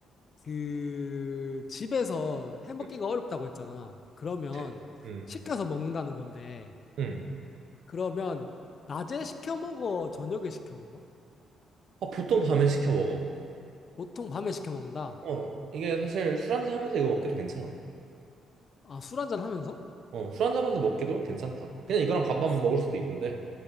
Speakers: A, on the left (about 45°); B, on the right (about 70°).
A: 그, 집에서 해 먹기가
B: 음.
A: 어렵다고 했잖아. 그러면,
B: 같아. 음,
A: 시켜서 먹는다는 건데,
B: 음.
A: 그러면, 낮에 시켜 먹어? 저녁에 시켜 먹어?
B: 어, 보통 밤에 시켜 먹어.
A: 보통 밤에 시켜 먹는다.
B: 어, 이게 사실 술 한잔 하면서 이거 먹기도 괜찮아.
A: 아, 술 한잔 하면서?
B: 어, 술 한잔 하면서 먹기도 괜찮다. 그냥 이거랑 밥만 먹을 수도 있는데,